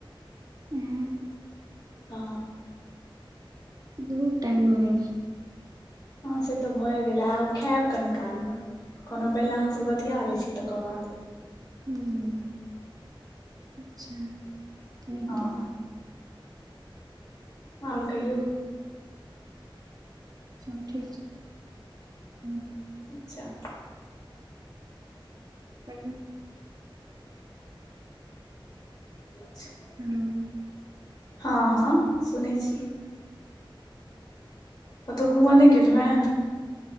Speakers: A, on the right; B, on the left.
A: हँ।
B: ह।
A: बहुत टाइम भऽ गेल।
B: हँ से तऽ भए गेलै आब खायब कनी कालमे। कोनो पहिले अहाँसँ बतिया लै छी तकर बाद।
A: हूँ अच्छा नीक
B: हँ
A: केलउ।
B: आओर कहियौ।
A: हाँ, ठीक। सब ठीक छैय।
B: अच्छा।
A: कहियौ।
B: अच्छा।
A: हेलो।
B: हँ-हँ सुनै छी। कतहु घूमऽ नहि गेलहु हें।